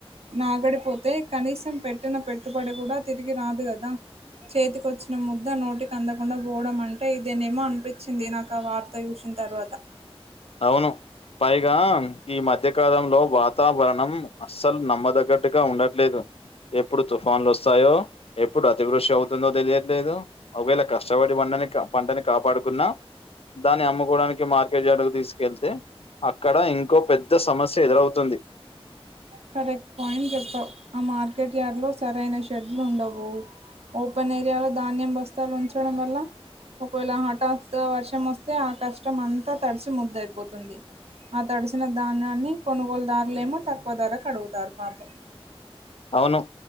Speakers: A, on the right; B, on the left.
A: నాగడిపోతే కనీసం పెట్టిన పెట్టుబడి కూడా తిరిగి రాదు కదా చేతికిచ్చిన ముద్ద నోటికి అందకుండా పోవడం అంటే ఇదేనేమో అనిపించింది నాకు ఆ వార్త చూసిన తర్వాత
B: అవును పైగా ఈ మధ్యకాలంలో వాతావరణం అస్సలు నమ్మదగ్గట్టుగా ఉండట్లేదు ఎప్పుడు తుఫాన్లు వస్తాయో ఎప్పుడు అతివృష్ అవుతుందో తెలియట్లేదు ఒకవేళ కష్టపడి పంటని పంటని కాపాడుకున్నా దాన్ని అమ్ముకోవడానికి మార్కెట్ యార్డు తీసుకెళ్తే అక్కడ ఇంకో పెద్ద సమస్య ఎదురవుతుంది
A: కరెక్ట్ పాయింట్ చెప్పావ్ ఆ మార్కెట్ యార్డ్లో సరైన షెడ్లు ఉండవు ఓపెన్ ఏరియాలో ధాన్యం బస్తాలు ఉంచడం వల్ల ఒకవేళ హఠాత్ వర్షం వస్తే ఆ కష్టం అంతా తడిసి ముద్ద అయిపోతుంది ఆ తడిసిన ధాన్యాన్ని కొనుగోలుదార్లేమో తక్కువ ధరకడుగుతారు పాప
B: అవును